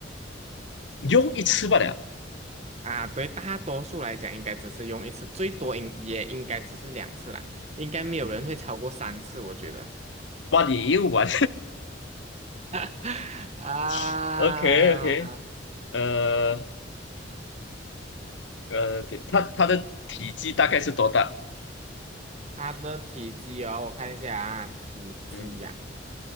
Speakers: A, on the left; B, on the right.
A: 用一次罢了，
B: 啊。对，大多数来讲，应该只是用一次，最多应也应该只是两次啦。应该没有人会超过三次，我觉得。
A: 哇，你又玩
B: <laughs> 啊，
A: <laughs>，OK OK，呃呃，它它的体积大概是多大？
B: 它的体积哦，我看一下啊，体积呀、
A: 嗯。